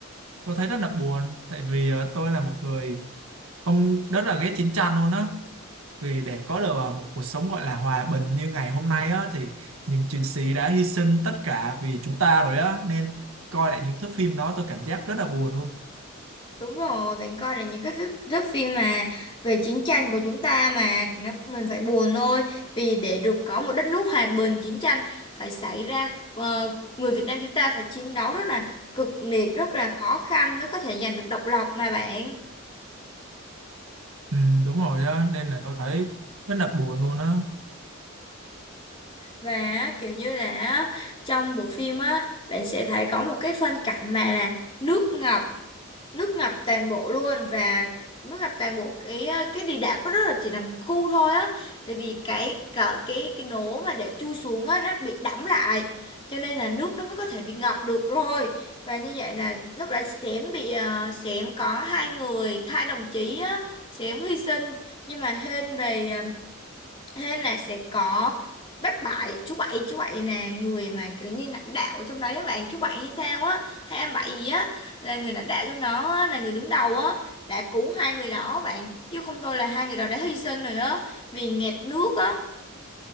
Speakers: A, on the right (about 80°); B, on the left (about 25°).
A: tôi thấy rất là buồn tại vì ờ, tôi là một người ông rất là ghét chiến tranh luôn á vì để có được ờ, một cuộc sống gọi là hòa bình như ngày hôm nay á thì những chiến sĩ đã hy sinh tất cả vì chúng ta rồi á nên coi lại những thước phim đó tôi cảm giác rất là buồn luôn
B: Đúng rồi, bạn coi là những cái phim- thước phim mà về chiến tranh của chúng ta mà thì nó mình phải buồn thôi. Vì để được có một đất nước hòa bình chiến tranh phải xảy ra ờ, người Việt Nam chúng ta phải chiến đấu rất là cực liệt, rất là khó khăn mới có thể giành được độc lập mà bạn.
A: ừ, đúng rồi á nên là tôi thấy rất là buồn luôn á
B: và á, kiểu như là á, trong bộ phim á bạn sẽ thấy có một cái phân cảnh mà là nước ngập nước ngập toàn bộ luôn và nước ngập toàn bộ cái cái địa đạo có rất là chỉ là một khu thôi á tại vì cái cái cái, cái nố mà để chui xuống á nó bị đẫm lại cho nên là nước nó mới có thể bị ngập được rồi và như vậy là lúc đã xém bị uh, xém có hai người hai đồng chí á xém hy sinh nhưng mà hên về ờ, Thế là sẽ có bác Bảy, chú Bảy, chú Bảy là người mà kiểu như lãnh đạo ở trong đấy á bạn, chú Bảy hay sao á, hay em Bảy gì á, là người lãnh đạo trong đó á, là người đứng đầu á, đã cứu hai người đó bạn, chứ không thôi là hai người đó đã hy sinh rồi á, vì nghẹt nước á,